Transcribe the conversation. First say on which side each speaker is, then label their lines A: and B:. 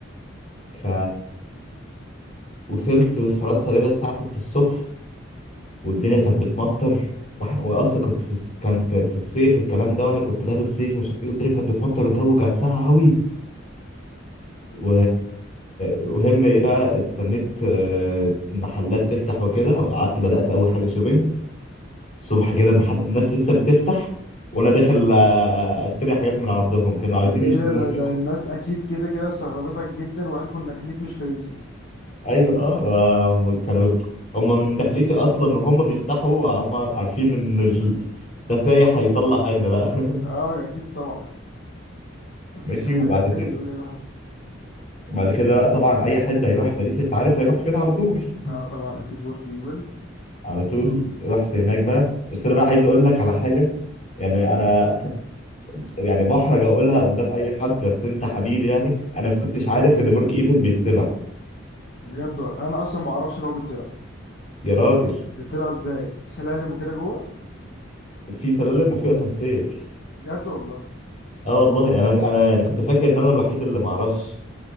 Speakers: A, on the left; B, on the left.
A: ف وصلت فرنسا تقريبا الساعه 6 الصبح والدنيا كانت بتمطر واحنا واصلا كنت في الس- كان كانت في الصيف الكلام ده وانا كنت لابس صيف ومش عارف ايه والدنيا كانت بتمطر الجو كان ساقع قوي و... وهم ايه بقى استنيت آه، المحلات تفتح وكده وقعدت بدأت اول حاجة شوبينج الصبح كده المحل الناس لسه بتفتح وانا داخل آه، اشتري حاجات من عندهم كانوا عايزين
B: انت ايه
A: يشتموني
B: ده ده, ده الناس اكيد كده كده استغربتك جدا وعرفوا انك اكيد مش فرنسي
A: ايوه اه آم، كانوا هم من دخلتي اصلا ان هم بيفتحوا هم عارفين ان ال... ده سايح هيطلع عنا بقى <laughs>
B: اه اكيد طبعا بس
A: ماشي
B: كمل
A: وبعد
B: كمل
A: كده
B: لي قول لي ايه اللي حصل
A: وبعد كده بقى طبعا اي حد هيروح باريس انت عارف هيروح فين على طول
B: اه طبعا اكيد برج ايفل
A: على طول رحت هناك بقى بس انا بقى عايز اقول لك على حاجه يعني انا يعني بحرج اقولها قدام اي حد بس انت حبيبي يعني انا ما كنتش عارف ان برج ايفل بيطلع
B: بجد ولا. انا اصلا ما اعرفش ان هو بيطلع
A: يا راجل
B: بيطلع ازاي في سلالم وكده جوه
A: في سلالم وفي اسانسير
B: بجد والله
A: اه والله انا انا يعني كنت فاكر ان انا الوحيد اللي ما اعرفش